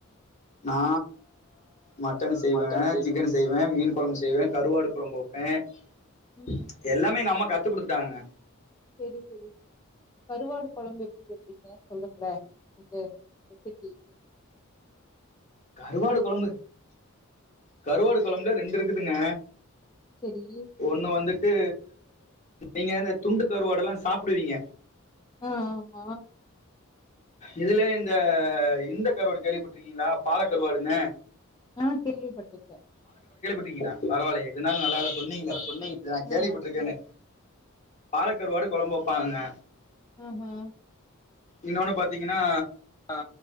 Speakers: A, on the left (about 35°); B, on the left (about 15°).
A: நா மட்டன்னு செய்வேங்க
B: மட்டன் செ
A: சிக்கன்னு செய்வே மீன் கொழம்பு செய்வே கருவாடு கொழம்பு வெப்பே ச்ச
B: ம்
A: எல்லாமே எங்க அம்மா கத் கத்து கொடுத்துட்டாங்கங்க
B: சேரி சேரி கருவாடு கொழம்பு எப்டி வப்பீங்க சொல்லுங்ள எனக்கு ரெசிப்பி
A: கருவாடு கொழம்பு கருவாடு கொழம்புல ரெண்டு இருக்குதுங்க
B: செரி
A: ஒண்ணு வந்து து நீங்க அந்த துண்டு கருவாட எல்லா சாப்டுவீங்க
B: ஆ ஆமா
A: இதுல இந்த இந்த கருவாடு கேள்விப்பட்டிருக்கீங்களா பாலக்கருவாடுன்னு
B: ஆ கேள்விப் பட்டிருக்கே
A: பட்டுறிக்கிங்களா பரவால்ல எதுனால நல்ல வேளை சொன்னீங்களே
B: சொன்னீங்
A: இத நான கேள்விப்
B: ஆ
A: பட்டுருக்கேனு பாலக்கருவாடு கொழம்பு வெப்பாங்கங்க
B: ம் ம்
A: இன்னொன்னு பாத்தீங்கன்னா
B: ஆ